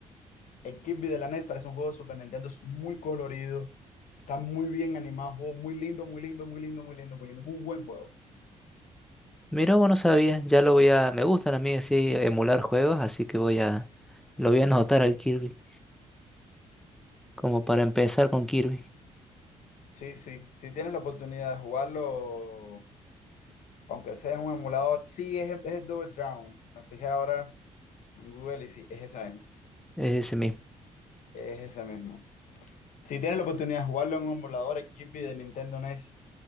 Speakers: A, on the left; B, in the centre.
A: El Kirby de la NES parece un juego de Super Nintendo, es muy colorido, está muy bien animado, juego muy lindo, muy lindo, muy lindo, muy lindo, muy lindo, muy buen juego.
B: Mira, vos no sabías, ya lo voy a... Me gustan a mí así emular juegos, así que voy a... Lo voy a anotar al Kirby, como para empezar con Kirby.
A: Sí, sí, si tienes la oportunidad de jugarlo, aunque sea en un emulador, sí, es, el- es el Double Dragon. Me fijé ahora en Google y sí, es ese mismo,
B: Es ese mismo.
A: es ese mismo. Si tienes la oportunidad de jugarlo en un emulador, el Kirby de Nintendo NES